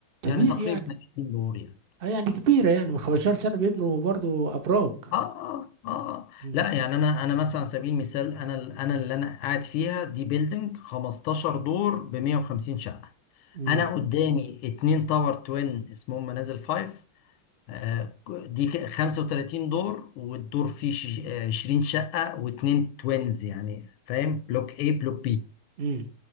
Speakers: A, on the right; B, on the left.
A: كبير
B: يعني تقريبا
A: يعني
B: 20 دور يعني
A: اه يعني كبيرة يعني من 15 سنة بيبنوا برضو ابراج
B: اه اه اه آه.
A: امم
B: لا يعني انا انا مثلا على سبيل المثال انا ال- انا اللي انا قاعد فيها دي بيلدنج 15 دور ب 150 شقة
A: امم
B: انا قدامي اتنين تاور توين اسمهم منازل فايف آه، دي ك- 35 دور والدور فيه ش- آه، 20 شقة واتنين توينز يعني فاهم بلوك A بلوك بي
A: امم